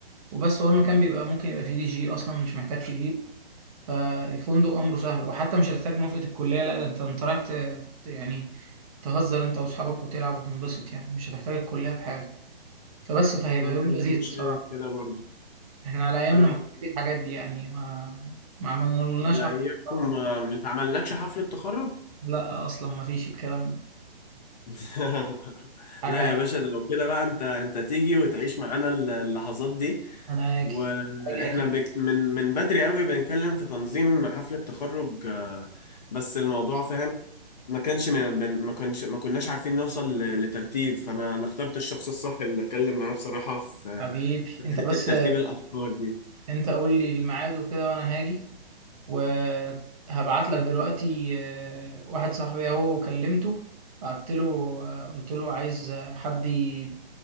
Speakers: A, on the right; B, on the left.
A: وبس هو المكان بيبقى ممكن يبقى فيه دي جي اصلا مش محتاج تجيب فالفندق امره سهل وحتى مش هتحتاج موافقة الكلية لا ده انت انت رايح ت- ت- يعني تهزر انت واصحابك وتلعب وتنبسط يعني مش هتحتاج الكلية في حاجة فبس فهيبقى
B: أنا
A: يوم لذيذ
B: شايف
A: بصراحة
B: كده برضو
A: احنا على ايامنا
B: أه
A: ما كانش فيه الحاجات دي يعني ما ما عملنالناش
B: على
A: حفلة
B: أيامكم
A: تخرج.
B: ما ما اتعملتش حفلة تخرج؟
A: لا اصلا ما فيش الكلام ده
B: <laughs>
A: حاجة
B: لا يا باشا ده لو كده بقى انت انت تيجي وتعيش معانا اللحظات دي
A: انا هاجي
B: واحنا
A: هاجي اكيد
B: بك من من بدري قوي بنتكلم في تنظيم حفلة تخرج آه، بس الموضوع فاهم ما كانش من- بن- ما كانش ما كناش عارفين نوصل ل- لترتيب فانا انا اخترت الشخص الصح اللي اتكلم معاه بصراحة في
A: حبيبي
B: في
A: انت
B: حتة
A: بس
B: ترتيب الافكار دي
A: انت قول لي الميعاد وكده وانا هاجي وهبعت لك دلوقتي آه، واحد صاحبي اهو كلمته بعت له آه، قلت له عايز آه، حد ي-